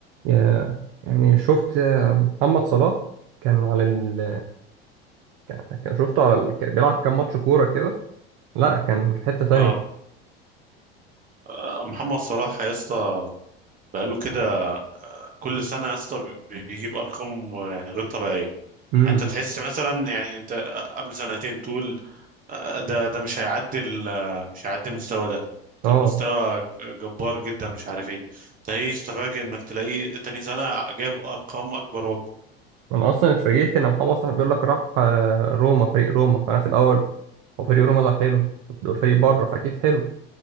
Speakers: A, on the right (about 50°); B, on the right (about 25°).
A: يا- يعني شفت آه، محمد صلاح كان على ال كان كان- شفته على ال... كان بيلعب كام ماتش كورة كده لا كان في حتة ثانية
B: اه آه، محمد صلاح يا اسطى بقاله كده كل سنه يا اسطى بي- بيجيب ارقام يعني غير طبيعيه يعني
A: امم
B: انت تحس مثلا يعني انت قبل سنتين تقول آه، ده ده مش هيعدي ال- آه، مش هيعدي المستوى ده
A: اه
B: ده مستوى جبار جدا مش عارف ايه تلاقيه تفاجئ انك تلاقيه تاني سنه جاب ارقام اكبر وأكبر
A: انا اصلا اتفاجئت ان محمد صلاح بيقول لك راح آه، روما فريق روما فانا في الاول هو فريق روما ده حلو طب ده فريق بره فاكيد حلو